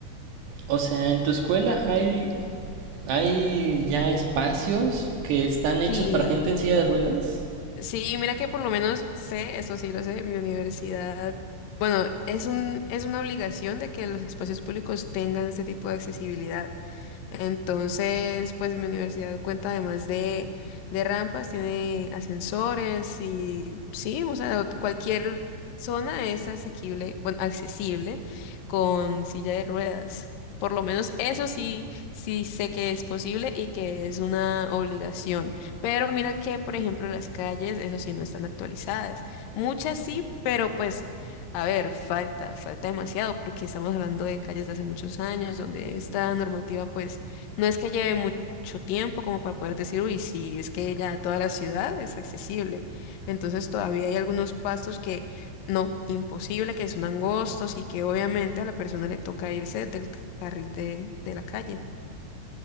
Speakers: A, on the right; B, on the left.
A: O sea, en tu escuela hay, hay ya espacios que están hechos
B: Sí,
A: para gente en silla de ruedas.
B: sí, mira que por lo menos sé, eso sí lo sé, mi universidad, bueno, es un, es una obligación de que los espacios públicos tengan este tipo de accesibilidad. Entonces, pues mi universidad cuenta además de, de rampas, tiene ascensores y sí, o sea, cualquier zona es asequible, bueno, accesible con silla de ruedas. Por lo menos eso sí, sí sé que es posible y que es una obligación. Pero mira que, por ejemplo, las calles, eso sí, no están actualizadas. Muchas sí, pero pues... A ver, falta, falta demasiado porque estamos hablando de calles de hace muchos años donde esta normativa pues no es que lleve mucho tiempo como para poder decir, uy, sí, es que ya toda la ciudad es accesible. Entonces todavía hay algunos pastos que no, imposible, que son angostos y que obviamente a la persona le toca irse del carril de, de la calle.